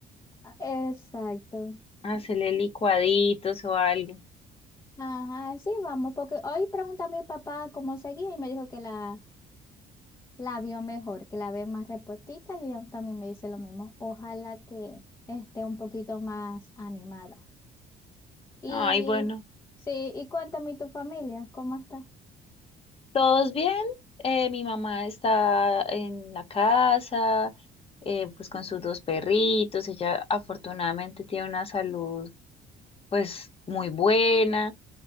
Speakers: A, on the left (about 20°); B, on the left (about 35°).
A: Ah, Exacto.
B: hacerle licuaditos o algo.
A: Ajá, sí, vamos, porque hoy pregunté a mi papá cómo seguía y me dijo que la, la vio mejor, que la ve más repuestica y ella también me dice lo mismo. Ojalá que esté un poquito más animada. Y
B: Ay, bueno,
A: sí, y cuéntame tu familia, ¿cómo está?
B: ¿todos bien? Eh, mi mamá está en la casa, eh, pues con sus dos perritos. Ella afortunadamente tiene una salud, pues, muy buena.